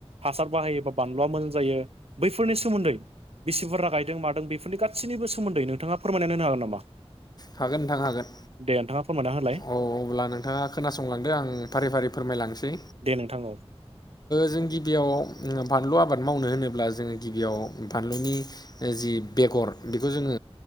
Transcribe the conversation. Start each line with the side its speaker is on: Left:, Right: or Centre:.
Right: हासार बाहायोबा बानलुआ मोज जायो बैफोरनि सोमोन्दै बिसिबुरजा गायदों मादों बेफोरनि गासैनिबो सोमोन्दै नोंथाङा फोरमायना होनो हागोन नामा
Left: हागोन नोंथां हागोन
Right: दे नोंथाङा फोरमायना होलाय
Left: औ अब्ला नोंथाङा खोनासंलांदो आं फारि फारि फोरमायलांसै
Right: दे नोंथां औ
Left: जों गिबियाव फानलु आबाद मावनो होनोब्ला जोङो गिबियाव बानलुनि जि बेगर बेखौ जोङो